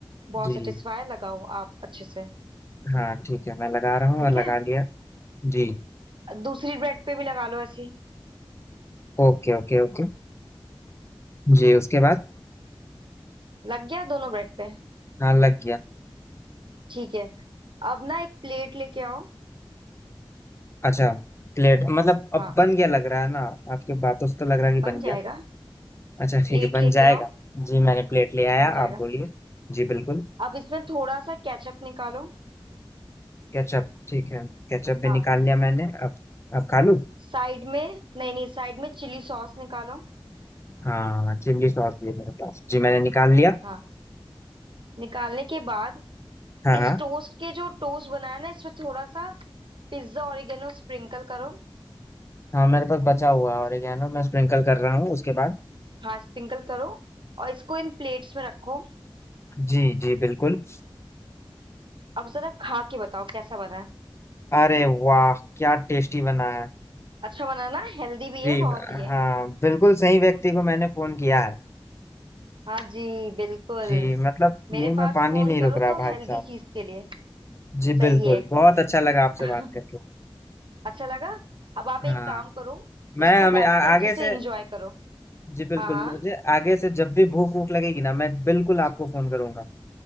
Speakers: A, on the right; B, on the left.
A: बहुत
B: जी
A: सेटिस्फाई लगाओ आप अच्छे से
B: हाँ ठीक है मैं लगा रहा हूँ
A: ठीक
B: और
A: है
B: लगा लिया जी
A: दूसरी ब्रेड पे भी लगा लो ऐसे ही
B: Okay okay okay जी उसके बाद
A: लग गया दोनों ब्रेड पे
B: हाँ लग गया
A: ठीक है अब ना एक प्लेट लेके आओ
B: अच्छा प्लेट मतलब अब
A: हाँ
B: बन गया लग रहा है ना आपकी बातों से तो लग रहा है कि
A: बन
B: बन
A: जाएगा
B: गया अच्छा ठीक
A: प्लेट
B: है बन
A: लेके
B: जाएगा
A: आओ
B: जी मैंने प्लेट ले आया
A: बन जाएगा
B: आप बोलिए जी बिल्कुल
A: अब इसमें थोड़ा सा केचप निकालो
B: केचप ठीक है केचप
A: हाँ
B: भी निकाल लिया मैंने अब अब खा लूँ
A: साइड में नहीं नहीं साइड में चिली सॉस निकालो
B: हाँ चिल्ली सॉस भी है मेरे पास जी मैंने निकाल लिया
A: हाँ निकालने के बाद
B: हाँ हाँ
A: इस टोस्ट के जो टोस्ट बनाया ना इसमें थोड़ा सा पिज्जा ओरिगेनो स्प्रिंकल करो
B: हाँ मेरे पास बचा हुआ है और ये है ना मैं स्प्रिंकल कर रहा हूँ उसके बाद
A: हाँ स्प्रिंकल करो और इसको इन प्लेट्स में रखो
B: जी जी बिल्कुल
A: अब जरा खा के बताओ कैसा बना है
B: अरे वाह क्या टेस्टी बना है
A: अच्छा बना ना हेल्दी भी
B: जी
A: है बहुत ही
B: हाँ बिल्कुल सही व्यक्ति को मैंने फोन किया है
A: हाँ जी बिल्कुल
B: जी मतलब
A: मेरे
B: मुंह में
A: पास
B: पानी
A: फोन
B: नहीं
A: करो
B: रुक रहा
A: तो
B: भाई
A: हेल्दी
B: साहब
A: चीज के लिए
B: जी
A: सही
B: बिल्कुल
A: है
B: बहुत अच्छा लगा आपसे
A: <laughs>
B: बात करके
A: अच्छा लगा अब आप एक
B: हाँ
A: काम करो
B: मैं
A: इसको
B: हमें
A: बैठ
B: आ,
A: के अच्छे
B: आगे
A: से
B: से
A: एंजॉय करो
B: जी बिल्कुल
A: हाँ हाँ
B: मुझे आगे से जब भी भूख भूख लगेगी ना मैं बिल्कुल आपको फोन करूंगा